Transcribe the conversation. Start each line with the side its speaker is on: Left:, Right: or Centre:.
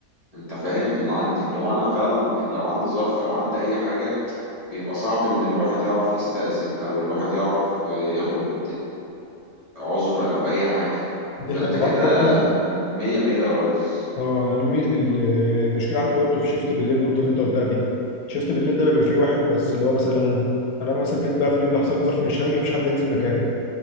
Right: انت فاهم اللي عندي اللي هو انا فعلا لو عندي ظرف او عندي اي حاجة بيبقى صعب ان الواحد يعرف يستأذن او الواحد يعرف ياخد عذر او اي حاجه
Left: دي
Right: ده
Left: حقيقة.
Right: انت
Left: انت
Right: كده
Left: عارف برضه
Right: مية مية يا ريس
Left: اه أنا الميز... ال- المشكله عندي برضه في شيفت بالليل النقطه اللي انت قلتها دي شيفت بالليل ده بيبقى فيه واحد بس اللي هو مثلا انا انا مثلا جيت بقى في اليوم ده حصل لي ظرف مش هاجي مفيش حد ينزل مكاني